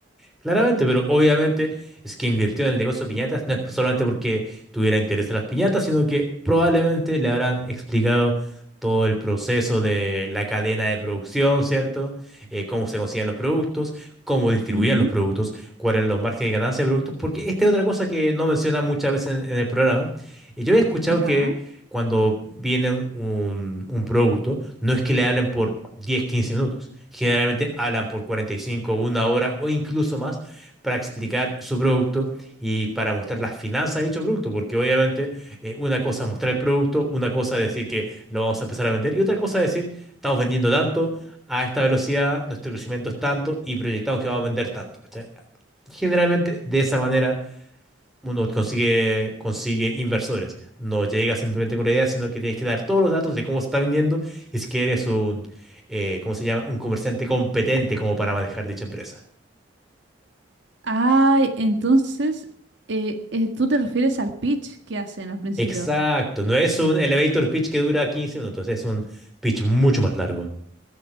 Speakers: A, in the centre; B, on the right.
A: Claramente, pero obviamente es que invirtió en el negocio de piñatas, no es solamente porque tuviera interés en las piñatas, sino que probablemente le habrán explicado todo el proceso de la cadena de producción, ¿cierto? Eh, cómo se consiguen los productos, cómo distribuían
B: Ujú,
A: los productos, cuáles eran los márgenes de ganancia de productos, porque esta es otra cosa que no mencionan muchas veces en, en el programa. Y yo he escuchado
B: ya.
A: que cuando vienen un, un producto, no es que le hablen por 10 15 minutos. Generalmente hablan por 45 una hora o incluso más para explicar su producto y para mostrar las finanzas de dicho producto, porque obviamente eh, una cosa es mostrar el producto, una cosa es decir que lo vamos a empezar a vender y otra cosa es decir, estamos vendiendo tanto, a esta velocidad, nuestro crecimiento es tanto y proyectamos que vamos a vender tanto. ¿cachai? Generalmente de esa manera uno consigue, consigue inversores. No llega simplemente con la idea, sino que tienes que dar todos los datos de cómo se está vendiendo y si que eres un, eh, ¿cómo se llama? Un comerciante competente como para manejar dicha empresa.
B: Ay, entonces, eh, eh, tú te refieres al pitch que hacen al principio.
A: Exacto, no es un elevator pitch que dura 15 minutos, es un pitch mucho más largo.